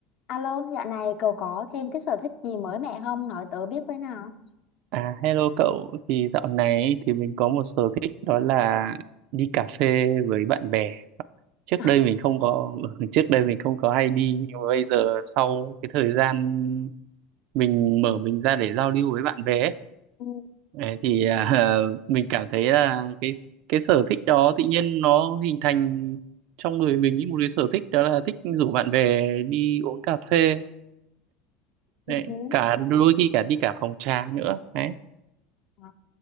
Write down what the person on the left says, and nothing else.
Alo, dạo này cậu có thêm cái sở thích gì mới mẻ không? Nói tớ biết với nào.
<laughs>
Ừ.
Ừ.
À,